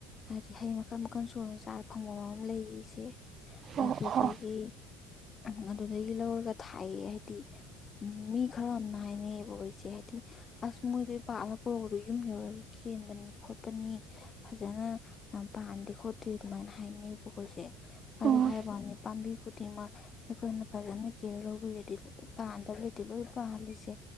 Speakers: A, on the left; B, on the right.
A: ꯍꯥꯏꯗꯤ ꯍꯩ ꯃꯈꯜ ꯃꯈꯜ ꯁꯨꯅ ꯆꯥꯔ ꯐꯪꯐꯝ ꯑꯃ ꯂꯩꯌꯦ
B: ꯑꯣ ꯑꯣ
A: ꯑꯗꯨꯗꯒꯤ ꯎ ꯑꯗꯨꯗꯒꯤ ꯂꯧꯔꯒ ꯊꯥꯏꯌꯦ ꯑꯩꯗꯤ ꯃꯤ ꯈꯔ ꯑꯃꯅ ꯍꯥꯏꯅꯩꯌꯦꯕ ꯍꯣ ꯏꯆꯦ ꯑꯩꯗꯤ ꯑꯁ ꯃꯣꯏꯗ ꯄꯥꯥꯛꯂ ꯄꯨꯔꯛꯗꯣ ꯌꯨꯝ ꯌꯧꯔꯒ ꯀꯦꯟꯕꯅꯤ ꯈꯣꯠꯄꯅꯤ ꯐꯖꯅ ꯄꯥꯟꯗꯦ ꯈꯣꯠꯇꯦ ꯑꯗꯨꯃꯥꯏꯅ ꯍꯥꯏꯅꯩꯕꯀꯣ ꯏꯆꯦ ꯑꯗꯨ
B: ꯑꯣ
A: ꯍꯥꯏꯋꯥꯅꯤ ꯄꯥꯝꯕꯤ ꯈꯨꯗꯤꯡꯃꯛ ꯑꯩꯈꯣꯏꯅ ꯐꯖꯅ ꯀꯦꯌꯔ ꯂꯧꯕꯤꯔꯗꯤ ꯂꯣꯏ ꯄꯥꯟꯗꯕ ꯂꯩꯇꯦ ꯂꯣꯏ ꯄꯥꯜꯂꯤꯁꯦ